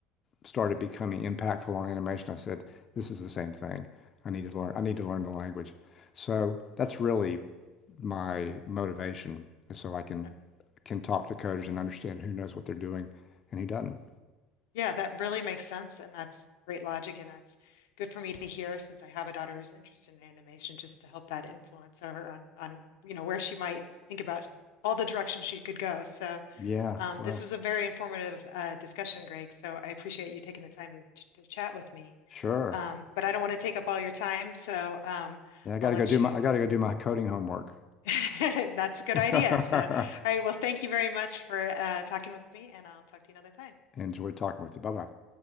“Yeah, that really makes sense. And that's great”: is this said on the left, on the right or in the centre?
Left